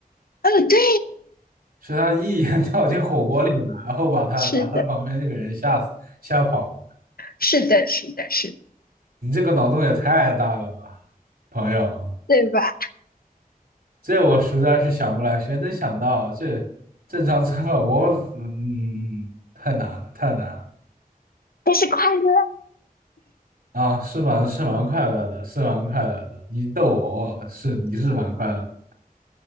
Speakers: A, on the left (about 75°); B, on the right (about 70°).
A: 哦，对，
B: 是他一眼 <laughs> 跳进火锅里了，然后把他把他旁边那个人吓死吓跑了。
A: 是的，是的，是的，是的，
B: 你这个脑洞也太大了吧，朋友！
A: 对吧？
B: 这我实在是想不来，谁能想到啊这正常吃饭？我嗯嗯嗯，太难了，太难了
A: 但是快乐，
B: 啊！是蛮是蛮快乐的，是蛮快乐的。你逗我，我是你是蛮快乐的